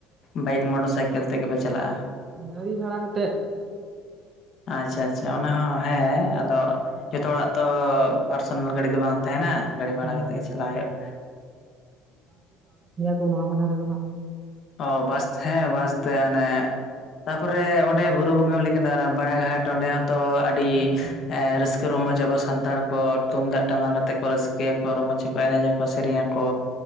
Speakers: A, on the left; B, on the right.
A: ᱵᱟᱭᱼᱼ ᱤᱧ ᱢᱚᱴᱚᱨ ᱥᱟᱭᱠᱮᱞ ᱛᱮᱜᱮᱯᱮ ᱪᱟᱞᱟᱜᱼᱟ?
B: ᱜᱟᱹᱲᱤ ᱵᱷᱟᱲᱟ ᱠᱟᱛᱮᱫ
A: ᱟᱪᱪᱷᱟ ᱟᱪᱪᱷᱟ ᱚᱱᱟ ᱦᱚᱸ ᱦᱮᱸ ᱟᱫᱚ ᱡᱚᱛᱚ ᱦᱚᱲᱟᱜ ᱛᱚ ᱯᱟᱨᱥᱚᱱᱟᱞ ᱜᱟᱹᱰᱤ ᱫᱚ ᱵᱟᱝ ᱛᱟᱦᱮᱱᱟ ᱜᱟᱹᱰᱤ ᱵᱷᱟᱲᱟ
B: ᱦᱮᱸ
A: ᱠᱟᱛᱮ
B: ᱦᱮᱸ
A: ᱜᱮ ᱪᱟᱞᱟᱜ ᱦᱩᱭᱩᱜᱼᱟ᱾
B: ᱥᱮ ᱱᱚᱣᱟ ᱠᱚ ᱫᱷᱟᱨᱮᱨᱮ ᱫᱚ ᱵᱟᱝ
A: ᱚ ᱵᱟᱥ ᱦᱮᱸ ᱵᱟᱥᱛᱮ ᱟᱱᱮ ᱛᱟᱯᱚᱨᱮ ᱚᱸᱰᱮ ᱵᱩᱨᱩ ᱵᱚᱸᱜᱟ ᱞᱟᱹᱭ ᱠᱮᱫ-ᱟ ᱚᱱᱟ ᱵᱟᱲᱟᱟᱜᱷᱟᱴ ᱚᱸᱰᱮ ᱦᱚᱸ ᱛᱚ ᱟᱹᱰᱤ
B: ᱟᱪᱪᱷᱟ
A: ᱨᱟᱹᱥᱠᱟᱹ ᱨᱚᱢᱚᱚᱡ ᱟᱵᱚ ᱥᱟᱱᱛᱟᱲ ᱠᱚ ᱛᱩᱢᱫᱟᱜ ᱴᱟᱢᱟᱠᱛᱮ ᱠᱚ ᱨᱟᱹᱥᱠᱟᱹᱭᱟᱠᱚ ᱨᱚᱢᱚᱡᱽ ᱠᱚᱠᱚ ᱮᱱᱮᱡ ᱟᱠᱚ ᱵᱟ ᱥᱮᱨᱮᱧ ᱟᱠᱚ